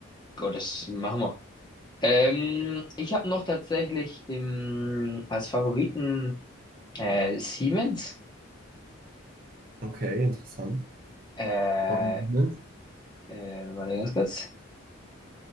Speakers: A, on the left; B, on the right.
A: Gott, das machen wir. Ähm, ich habe noch tatsächlich im, als Favoriten äh, Siemens.
B: Okay, interessant.
A: Äh,
B: Warum Siemens?
A: Äh, warte ganz kurz.